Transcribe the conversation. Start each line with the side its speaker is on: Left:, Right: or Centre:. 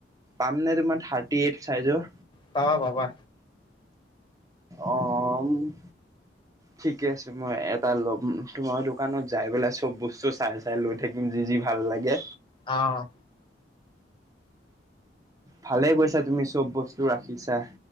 Right: পাম নে তোমাৰ থাৰ্টি এইট চাইজৰ?
Left: পাবা পাবা।
Right: অ'। ঠিকে আছে মই এটা ল'ম তোমাৰ দোকানত যাই পেলাই চব বস্তু চাই চাই লৈ থাকিম যি যি ভাল লাগে।
Left: আহ।
Right: ভালে কৈছা তুমি চব বস্তু ৰাখিছা